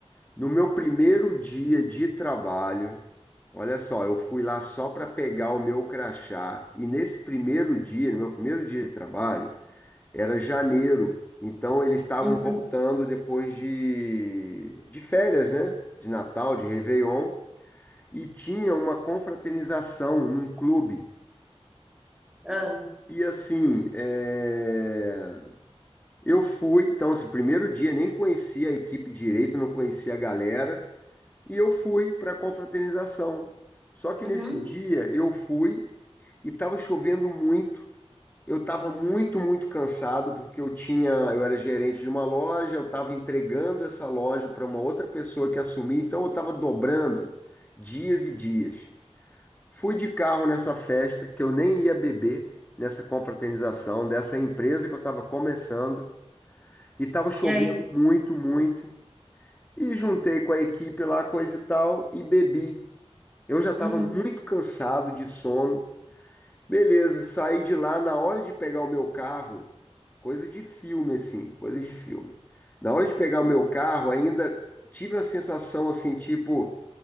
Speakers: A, on the left; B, in the centre.
A: no meu primeiro dia de trabalho, olha só, eu fui lá só para pegar o meu crachá e nesse primeiro dia, no meu primeiro dia de trabalho, era janeiro. Então eles estavam
B: Uhum,
A: voltando depois de, de férias, né? De Natal, de Réveillon e tinha uma confraternização num clube.
B: ah,
A: E assim, é, eu fui, então, esse primeiro dia nem conhecia a equipe direito, não conhecia a galera, e eu fui para a confraternização. Só que
B: uhum.
A: nesse dia eu fui e estava chovendo muito. Eu estava muito, muito cansado porque eu tinha, eu era gerente de uma loja, eu estava entregando essa loja para uma outra pessoa que assumia, então eu estava dobrando dias e dias. Fui de carro nessa festa que eu nem ia beber, nessa confraternização dessa empresa que eu estava começando, e estava chovendo
B: E aí?
A: muito, muito. E juntei com a equipe lá, coisa e tal, e bebi. Eu já estava
B: Hum,
A: muito cansado de sono. Beleza, saí de lá na hora de pegar o meu carro, coisa de filme assim, coisa de filme. Na hora de pegar o meu carro, ainda tive a sensação assim, tipo,